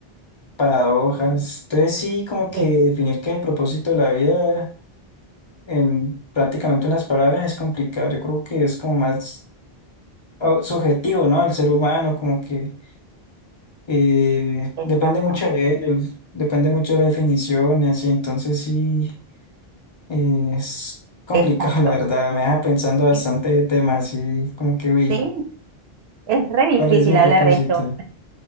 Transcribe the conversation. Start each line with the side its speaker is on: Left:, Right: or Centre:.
Left: Paradojas. Entonces sí, como que
Right: sí,
Left: definir qué es el propósito de la vida en prácticamente unas palabras es complicado. Yo creo que es como más o- subjetivo, ¿no? El ser humano, como que eh,
Right: exacto,
Left: depende mucho de ello, el- depende mucho de las definiciones y entonces sí eh, es complicado,
Right: exacto.
Left: <laughs> la verdad. Me deja pensando bastante
Right: Sí,
Left: de temas y como que, uy,
Right: sí, es re difícil
Left: ¿cuál es mi
Right: hablar
Left: propósito?
Right: de esto.